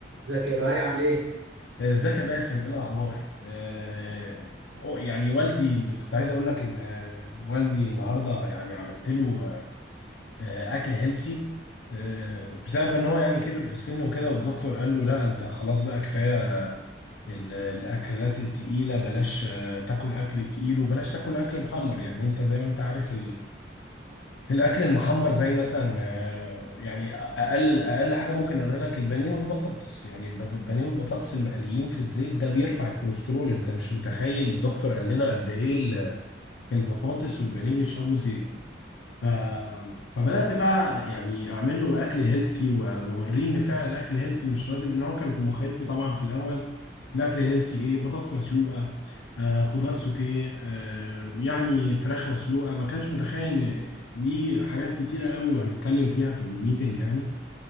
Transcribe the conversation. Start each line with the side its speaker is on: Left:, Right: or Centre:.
Right: ازيك يا لؤي عامل ايه؟
Left: آه، ازيك يا باسم ايه الاخبار آه، أو- يعني والدي اللي كنت عايز اقول لك ان آه، والدي النهارده يعني عملت له آه، اكل هيلسي آه، بسبب ان هو يعني كبر في السن وكده والدكتور قال له لا انت خلاص بقى كفايه ال- الاكلات التقيله بلاش آه، تاكل اكل تقيل وبلاش تاكل اكل محمر يعني انت زي ما انت عارف الاكل المحمر زي مثلا آه، يعني اقل اقل حاجه ممكن اقول لك البانيه والبطاطس يعني البت- البانيه والبطاطس المقليين في الزيت ده بيرفع الكوليسترول انت مش متخيل الدكتور قال لنا قد ايه ال- البطاطس والبانيه بيشربوا زيت ف... فبدأت بقى يعني أعمل له أكل هيلسي وأوريه إن فعلا الأكل هيلسي مش لازم إن هو كان في مخيلته طبعا في الأول الأكل هيلسي إيه بطاطس مسلوقة آه خضار سوتيه آه يعني فراخ مسلوقة ما كانش متخيل إن ليه حاجات كتيرة قوي وهنتكلم فيها في الميتنج يعني